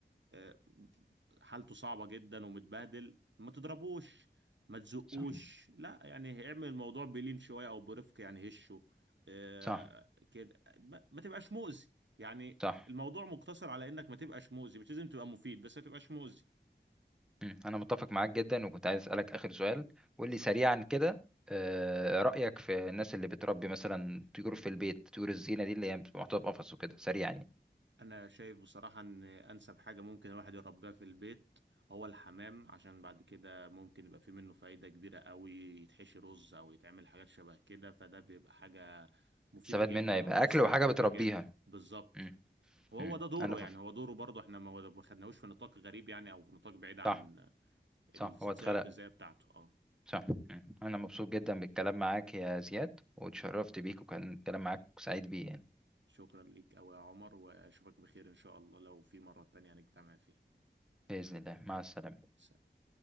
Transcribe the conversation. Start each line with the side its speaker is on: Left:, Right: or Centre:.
Right: آه، حالته صعبة جدا ومتبهدل ما تضربوش ما تزقوش
Centre: صح
Right: لا يعني اعمل الموضوع بلين شوية او برفق يعني هشه آه
Centre: صح
Right: كده ما, ما تبقاش مؤذي يعني
Centre: صح
Right: الموضوع مقتصر على انك ما تبقاش مؤذي مش لازم تبقى مفيد بس ما تبقاش مؤذي
Centre: مم. انا متفق معاك جدا وكنت عايز اسالك اخر سؤال قول لي سريعا كده آه، رايك في الناس اللي بتربي مثلا طيور في البيت طيور الزينه دي اللي هي بتبقى محطوطه في قفص وكده سريعا يعني
Right: انا شايف بصراحة ان انسب حاجة ممكن الواحد يربيها في البيت هو الحمام عشان بعد كده ممكن يبقى في منه فايدة كبيرة قوي يتحشي رز او يتعمل حاجات شبه كده فده بيبقى حاجة مفيدة
Centre: تستفاد
Right: جدا
Centre: منها يبقى
Right: ومؤثرة
Centre: اكل وحاجه
Right: بشكل
Centre: بتربيها
Right: ايجابي بالظبط
Centre: مم.
Right: وهو
Centre: مم.
Right: ده دوره
Centre: انا ف...
Right: يعني هو دوره برضه احنا ما ما خدناهوش في نطاق غريب يعني او في نطاق بعيد عن
Centre: صح صح
Right: السلسلة
Centre: هو اتخلق
Right: الغذائية بتاعته اه
Centre: صح مم. انا مبسوط جدا بالكلام معاك يا زياد واتشرفت بيك وكان الكلام معاك سعيد بيه يعني
Right: شكرا ليك أوي يا عمر واشوفك بخير ان شاء الله لو في مرة تانية هنجتمع فيها
Centre: باذن الله مع السلامه
Right: سلام.